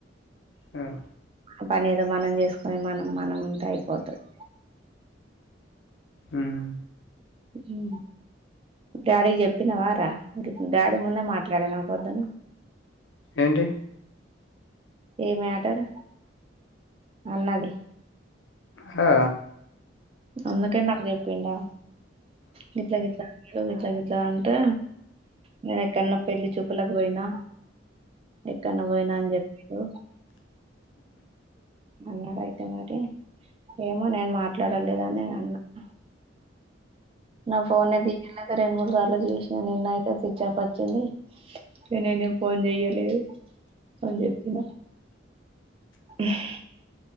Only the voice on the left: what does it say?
ఉమ్
ఉమ్
ఏంటి?
హా